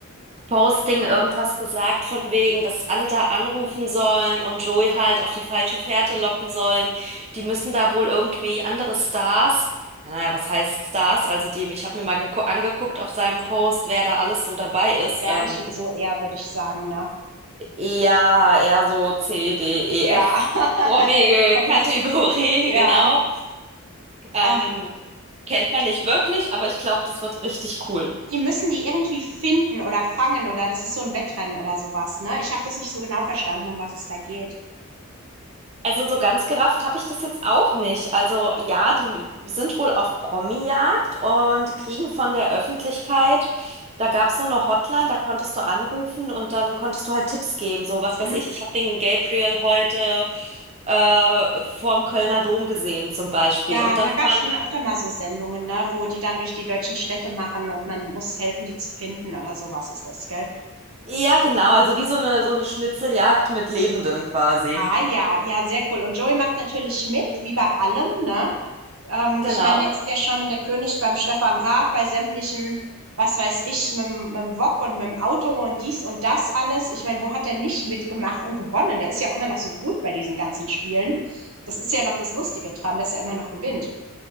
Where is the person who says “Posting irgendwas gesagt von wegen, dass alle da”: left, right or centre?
Right